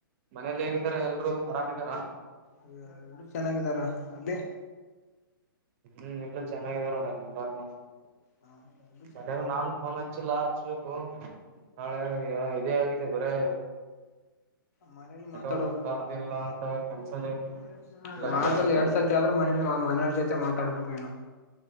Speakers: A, on the right; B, on the left.
A: ಮನೇಲಿ ಹೇಗಿದ್ದಾರ ಎಲ್ರು ಅರಾಮಿದಾರಾ
B: ಅಲ್ಲೆಲ್ರು ಚೆನ್ನಾಗಿದಾರ ಅಲ್ಲಿ
A: ಇಲ್ಲೂ ಎಲ್ರು ಚೆನ್ನಾಗಿದಾರ ನೋಡ ಎಲ್ಲಾರೂ ಮಸ್ತ್
B: ಹ ಎಲ್ಲೂ ಚೆನ್ನಾಗಿದಾರ
A: ಎಲ್ಲಾರ್ಗು ನಾನು ಫೋನ್ ಹಚ್ಚಿಲ್ಲ ಹಚ್ಬೇಕು ನಾಳೆಯಾಗಿದೆ ಇದೇ ಆಗಿದೆ ಬರೇ
B: ಮನೇಲಿ
A: ನೆಟ್ವರ್ಕ್
B: ಮಾತಾಡಾಕ್
A: ಇಲ್ಲ
B: ಪಾಪ
A: ಅದಿಲ್ಲ
B: <unintelligible>
A: ಅಂತ ಕೆಲ್ಸನೇ ಎಲ್ಲ
B: ವಾರದಲೆ
A: ಇದಾಗಿದೆ
B: ಎರಡ್ಸತಿ ಆದ್ರೂ ಮನೇಲಿ ಮನೆಯವ್ರ ಜೊತೆ ಮಾತಾಡ್ಬೇಕ ನೀನು